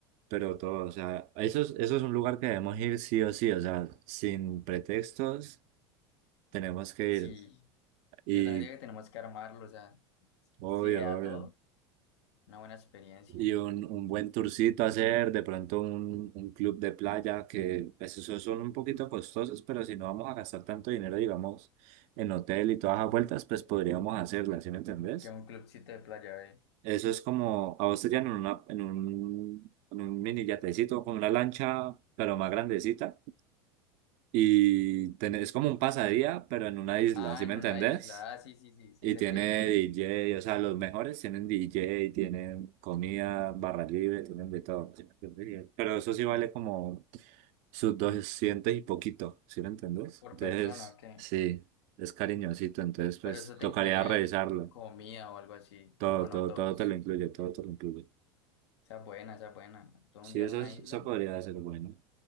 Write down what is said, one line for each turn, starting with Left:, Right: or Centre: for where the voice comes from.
Right: pero todo, o sea, eso es, eso es un lugar que debemos ir sí o sí, o sea, sin pretextos tenemos que
Left: Sí,
Right: ir. Y
Left: yo también digo que tenemos que armarlo, o sea,
Right: obvio,
Left: si se da
Right: obvio.
Left: todo, una buena experiencia.
Right: Y un, un buen tourcito hacer, de pronto un, un club de playa, que pues, esos son un poquito costosos, pero si no vamos a gastar tanto dinero, digamos, en hotel y todas las vueltas, pues podríamos hacerlas, ¿sí me entendés?
Left: Que un clubcito de playa, ¿eh?
Right: Eso es como, a vos te llevan en, una, en un, en un mini yatecito, con una lancha, pero más grandecita. Y tenés, es como un pasadía, pero en una isla,
Left: Ah,
Right: ¿sí
Left: en
Right: me entendés?
Left: una isla, ah, sí, sí, sí, sí
Right: Y
Left: sé
Right: tiene
Left: que es
Right: DJ, o sea, los mejores tienen DJ, tienen comida, barra libre, tienen de todo. ¿sí me entendés? Pero eso sí vale como sus 200 y poquito, ¿sí me entendés?
Left: por
Right: Entonces,
Left: persona, ok.
Right: sí, es cariñosito, entonces pues
Left: Pero eso te
Right: tocaría
Left: incluye
Right: revisarlo.
Left: comida o algo así,
Right: Todo,
Left: o no
Right: todo,
Left: todos.
Right: todo te lo incluye, todo
Left: ¿Sí?
Right: te lo incluye.
Left: Esa es buena, esa es buena. Todo
Right: Sí,
Left: un día
Right: eso,
Left: en una
Right: es-
Left: isla.
Right: eso podría ser bueno.